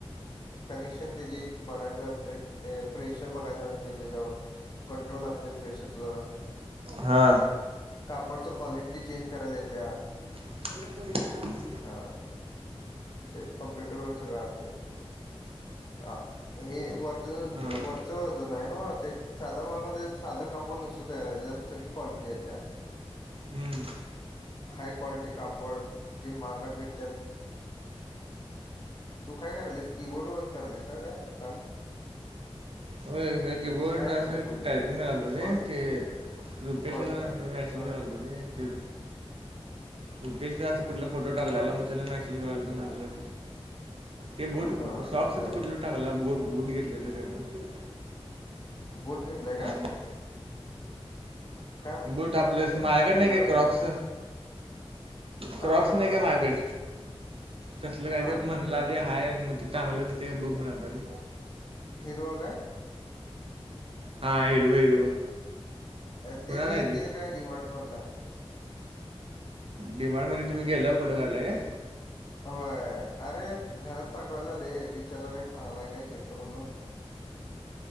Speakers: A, on the left; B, on the right.
A: कनेक्शन त्याची बघायच असतेय प्रेशर बघायच असते त्याच्यावर. कंट्रोल असतय प्रेशरचं.
B: हा.
A: कापडच क्वालिटी चेंज करायला येत्या.
B: <unintelligible>
A: हा, ते कम्प्युटर वर सगळं असतय. आ, हे वर्जन,
B: हां
A: वरच वर्जन नाही नव्ह ते साध्या मागामध्ये साधं कापड नुसत तयार हाय, यात सगळी क्वालिटी येत्या.
B: हम्म.
A: हाय क्वालिटी कापड जे महागात विकत्यात तू काय करायलीस? कीबोर्ड वर करालीस कि काय काम?
B: व्हयं जरा किबोर्ड
A: काय
B: अस
A: करायलीस म्हणजे
B: टाइपिंग करलतो रे.
A: कॉ
B: ते रुपेशला
A: कॉलेज
B: जरा मेसेज
A: हा
B: करालतो रे. तेज रुपेशच असं कुठल फोटो टाकल्याल,
A: कशाबद्दल
B: म त्याला मेसेज करालतो म्हटलं. ते बुट
A: हा हा
B: शॉक्स
A: असं
B: तर
A: आहे
B: कुठलं टाकला. बूट-बूट घेतलेलं काय तर.
A: बोट घेतलाय
B: हां
A: काय? काय
B: बूट
A: काय
B: आपलं
A: म्हणजे
B: माझ्याकड
A: काय
B: नाही
A: कळालं
B: का क्रॉक्स.
A: मला
B: क्रॉक्स
A: हा हा
B: नाही
A: हा
B: का माझ्याकड, तसल काय
A: हा
B: तर म्हणला ते हाय मग ति चांगलं दिसतय काय बघ म्हणालंत आधी.
A: हिरवा काय?
B: हा, हिरवं हिरवं.
A: ते
B: कुणाला
A: व्हयं
B: आहे
A: ते काय डिमार्ट मधल हाय.
B: डी मार्ट मध्ये तुम्ही गेल्यावर फोटो काढलाय काय?
A: व्हयं, अरे घरात पाठवायला रे विचारायला हे चांगल हाय काय घेतो म्हणून.